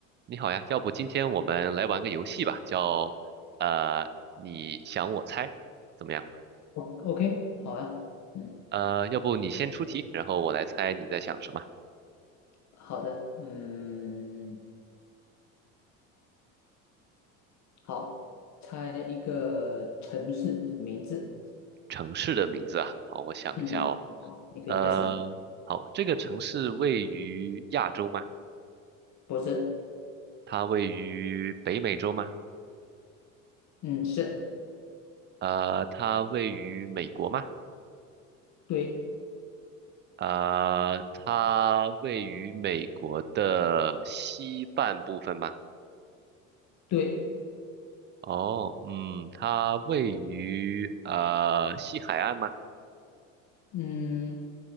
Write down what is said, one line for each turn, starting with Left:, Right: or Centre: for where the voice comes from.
Right: 你好呀，要不今天我们来玩个游戏吧，叫呃你想我猜，怎么样？
Left: 哦 OK，好啊，嗯，
Right: 呃，要不你先出题，然后我来猜你在想什么
Left: 好的，嗯，好，猜一个城市的名字，
Right: 城市的名字啊？好，我想一下哦。
Left: 嗯，好，你可以开始了。
Right: 呃，好，这个城市位于亚洲吗？
Left: 不是，
Right: 它位于北美洲吗？
Left: 嗯，是，
Right: 呃，它位于美国吗？
Left: 对，
Right: 呃，它位于美国的西半部分吗？
Left: 对，
Right: 哦，嗯，它位于呃西海岸吗
Left: 嗯，